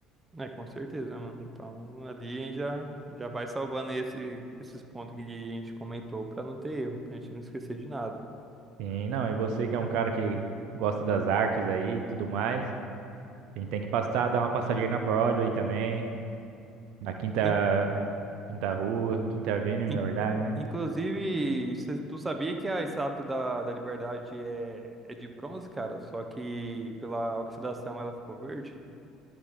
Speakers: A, on the right; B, on the right.
A: É, com certeza, mano. Então ali já já vai salvando esse, esses pontos que a gente comentou para não ter erro, pra gente não esquecer de nada.
B: E não, e você que é um cara que gosta das artes aí e tudo mais, a gente tem que passar, dar uma passadinha na Broadway também, na Quinta
A: In-
B: Quinta Rua, Quinta Avenue,
A: in-
B: na verdade, né?
A: inclusive, cê- tu sabia que a estátua da, da Liberdade é, é de bronze, cara? Só que pela oxidação ela ficou verde?